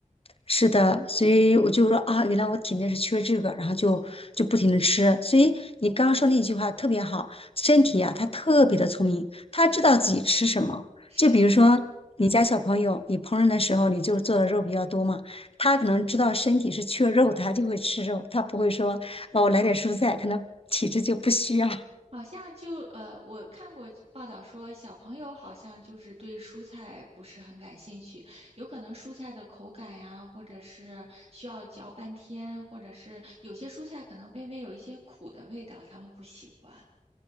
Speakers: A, on the left; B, on the right.
A: 是的，所以我就说啊，
B: 嗯，
A: 原来我体内是缺这个，然后就就不停的吃。
B: 对
A: 所以你刚刚说那句话特别好，身体啊，它特别的聪明，它知道自己吃什么。
B: 对，是。
A: 就比如说你家小朋友，你烹饪的时候你就做的肉比较多嘛，他可能知道身体是缺肉，他就会吃肉，他不会说哦，我来点蔬菜，可能体质就不需要，
B: 好像就呃，我看过报道说，小朋友好像就是对蔬菜不是很感兴趣，有可能蔬菜的口感呀，或者是需要嚼半天，或者是有些蔬菜可能微微有一些苦的味道，他们不喜欢。